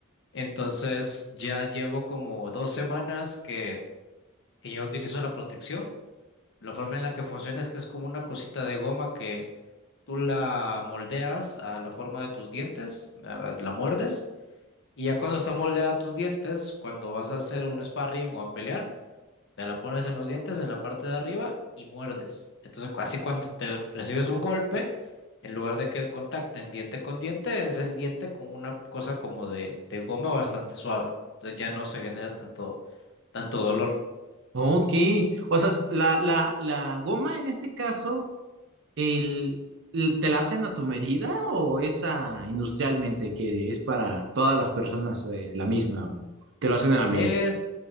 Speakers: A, on the left (about 55°); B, on the right (about 55°).
A: Entonces ya llevo como dos semanas que, que ya utilizo la protección. La forma en la que funciona es que es como una cosita de goma que tú la moldeas a la forma de tus dientes, a- la muerdes, y ya cuando está moldeada a tus dientes, cuando vas a hacer un sparring o a pelear, te la pones en los dientes, en la parte de arriba, y muerdes. Entonces, cu- así cuando te recibes un golpe, en lugar de que contacten diente con diente, es el diente con una cosa como de, de goma bastante suave. Entonces ya no se genera tanto, tanto dolor.
B: Ok, o sea, la, la, la goma en este caso El, el- ¿te la hacen a tu medida o esa industrialmente que es para todas las personas eh, la misma? o Te lo hacen a la medida.
A: Es,